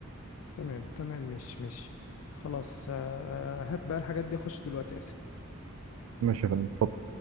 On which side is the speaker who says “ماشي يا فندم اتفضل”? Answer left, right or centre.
Right